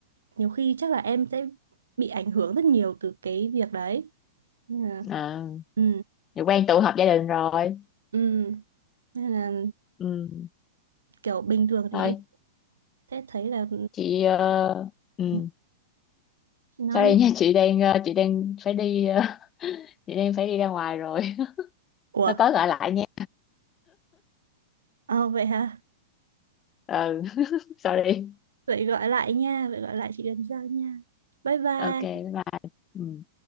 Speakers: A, on the right; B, on the left.
A: nhiều khi chắc là em sẽ bị ảnh hưởng rất nhiều từ cái việc đấy Nên là,
B: à,
A: ừ
B: thì quen tụ họp gia đình rồi
A: ừ nên là
B: ừ
A: kiểu bình thường
B: thôi
A: thì em sẽ thấy là
B: chị ờ, ừ
A: Ừ, chị nói
B: Sorry
A: đi
B: nha chị đang ờ, chị đang phải đi ờ, <laughs> chị đang phải đi ra ngoài rồi.
A: ủa
B: Nó có gọi lại nha.
A: ờ vậy hả
B: Ừ, <laughs> sorry.
A: vậy gọi lại nha vậy gọi lại chị lần sau nha bye bye
B: Ok, bye bye. Ừ.